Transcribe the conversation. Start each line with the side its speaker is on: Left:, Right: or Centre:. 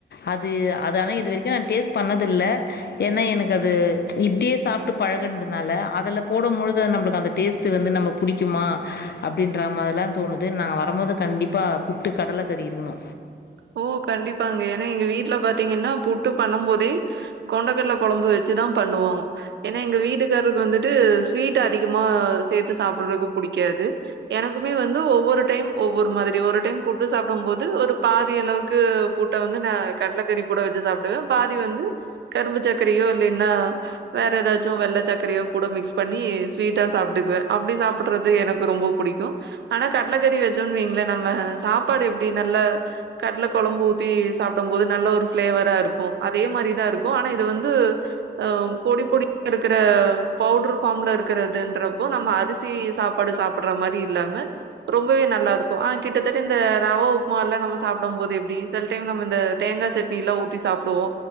Left: அது அது ஆனா இது வரைக்கு நா டேஸ் பண்ணதில்ல ஏன்னா எனுக்கு அது இப்டியே சாப்ட்டு பழகுதுன்தனால அதல போடம்பொழுது அது நம்பளுக்கு அந்த டேஸ்ட்டு வந்து நம்ம புடிக்குமா அப்டின்றா மாரிலா தோணுது நா வரமோது கண்டிப்பா புட்டு கடல கறி இருகுணு
Right: ஓ கண்டிப்பாங்க ஏனா எங்க வீட்ல பாத்திங்கன்னா புட்டு பண்ணம் போதே கொண்டக்கடல கொழம்பு வெச்சுதா பண்ணுவோ ஏனா எங்க வீட்டுக்கார்ருக்கு வந்துட்டு ஸ்வீட் அதிகமா சேத்து சாப்பட்றக்கு புடிக்காது எனக்குமே வந்து ஒவ்வொரு டைம் ஒவ்வொரு மாதிரி ஒரு டைம் புட்டு சாப்டம் போது ஒரு பாதி அளவுக்கு ஃபுட்ட வந்து நா கட்லக்கறி கூட வெச்சு சாப்டுவே பாதி வந்து கரும்பு சக்கரையோ இல்லீன்னா வேற எதாச்சு வெள்ள சக்கரையோ கூட மிக்ஸ் பண்ணி ஸ்வீட்டா சாப்ட்டுக்குவே அப்டி சாப்பட்றது எனக்கு ரொம்ப புடிக்கு ஆனா கட்லக்கறி வெச்சோன் வெய்ங்ளே நம்ம சாப்பாடு எப்டி நல்ல கட்ல கொழம்பு ஊத்தி சாப்டம் போது நல்ல ஒரு ஃபிளேவரா இருக்கு அதே மாரிதா இருக்கு ஆனா இது வந்து அ பொடி பொடி இருக்கற பவுடர் ஃபாம்ல இருக்கறதுன்றப்போ நம்ம அரிசி சாப்பாடு சாப்பட்ற மாரி இல்லாம ரொம்பவே நல்லாருக்கு ஆ கிட்டத்தட்ட இந்த ரவ உப்மால்லா நம்ம சாப்டம் போது எப்டி சில டைம் நம்ம இந்த தேங்கா சட்னி எல்லா ஊத்தி சாப்டுவோ